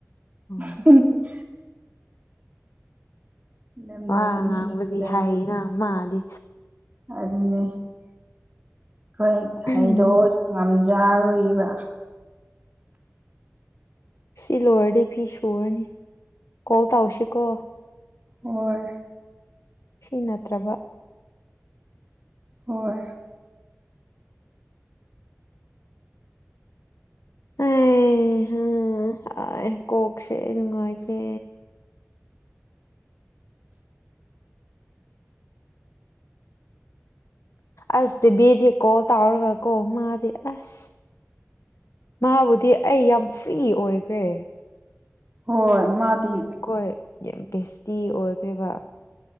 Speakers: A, on the left; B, on the right.
A: ꯑꯣ
B: <unintelligible> ꯌꯥꯝ
A: ꯋꯥ
B: ꯅꯣꯛꯅꯤꯡꯕꯗ
A: ꯉꯥꯡꯕꯗꯤ ꯍꯩꯅ ꯃꯥꯗꯤ
B: ꯑꯗꯨꯅꯦ ꯑꯩꯈꯣꯏ ꯍꯩꯗꯣꯛꯑꯁꯨ
A: ꯎꯝ
B: ꯉꯝꯖꯔꯨꯏꯕ
A: ꯁꯤ ꯂꯣꯏꯔꯗꯤ ꯐꯤ ꯁꯨꯔꯅꯤ ꯀꯣꯜ ꯇꯧꯁꯤꯀꯣ
B: ꯍꯣꯏ
A: ꯁꯤ ꯅꯠꯇ꯭ꯔꯕ
B: ꯍꯣꯏ
A: ꯑꯦ ꯍꯝ ꯑꯩ ꯀꯣꯛꯁꯦ ꯅꯨꯉꯥꯏꯇꯦ ꯑꯁ ꯇꯤꯕꯤꯗꯤ ꯀꯣꯜ ꯇꯧꯔꯒꯀꯣ ꯃꯥꯗꯤ ꯑꯁ ꯃꯥꯕꯨꯗꯤ ꯑꯩ ꯌꯥꯝ ꯐ꯭ꯔꯤ ꯑꯣꯏꯈ꯭ꯔꯦ
B: ꯍꯣꯏ ꯃꯥꯗꯤ
A: ꯑꯩꯈꯣꯏ ꯌꯥꯝ ꯕꯦꯁꯇꯤ ꯑꯣꯏꯈ꯭ꯔꯦꯕ